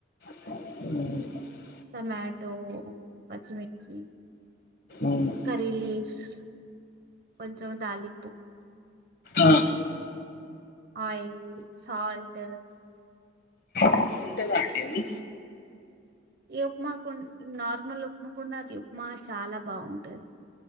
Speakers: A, on the left; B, on the right.
A: అవు
B: టమాటో పచ్చిమిర్చి
A: ఉమ్
B: కర్రీ లీవ్స్ కొంచెం తాలింపు
A: ఆ
B: ఆయిల్ సల్ట్
A: బాగుంటాందా అండి అది
B: ఈ ఉప్మాకు నార్మల్ ఉప్మకన్న అది ఉప్మానే చాలా బాగుంటది